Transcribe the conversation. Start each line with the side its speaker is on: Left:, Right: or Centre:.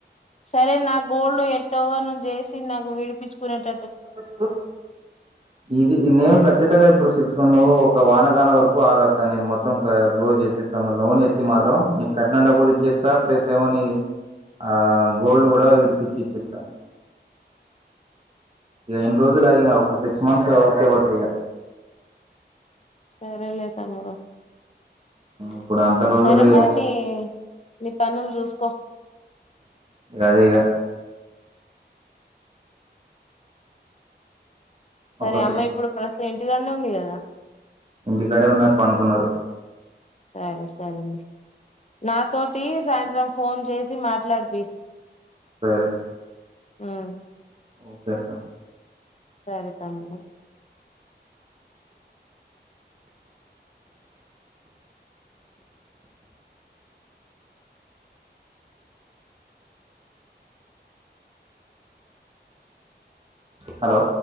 Left: సరే నా గోల్డ్ ఎత్తగానే చేసి నాకు విడిపించుకునేట
Right: <inaudible> ఇది నేను ఖచ్చితంగా ఇప్పుడు సిక్స్ <unintelligible> ఒక వానకాలం వరకు ఆగాక నేను మొత్తం క్లోజ్ చేపిస్తాము లోన్ ఎత్తి మాత్రం నీకు కట్నం డబ్బులు ఇచ్చేస్తా ప్లస్ ఏమోని ఆ గోల్డ్ కూడా విడిపిచ్చి ఇచ్చేస్తా ఇక ఎన్ని రోజులు ఆగిన ఒక సిక్స్ మంత్స్ ఓపిక బట్టు ఇక
Left: సరే లే తమ్ముడు
Right: ఇప్పుడు అంత రోజులు
Left: సరే మరి
Right: ఇక
Left: నీ నీ పన్నలు చూసుకో
Right: <unintelligible>
Left: సరే
Right: ఒక
Left: అమ్మా
Right: సిక్స్
Left: ఇప్పుడు ప్రస్తుతం ఇన్ టీకానే ఉంది కదా
Right: ఇంటికాడే ఉన్నారు పడుకున్నారు
Left: సరే సరే లే నాతోటి సాయంత్రం ఫోన్ చేసి మాట్లాడిపి
Right: సరే
Left: ఊమ్
Right: ఒకే అక్క
Left: సరే తమ్ముడు
Right: హలో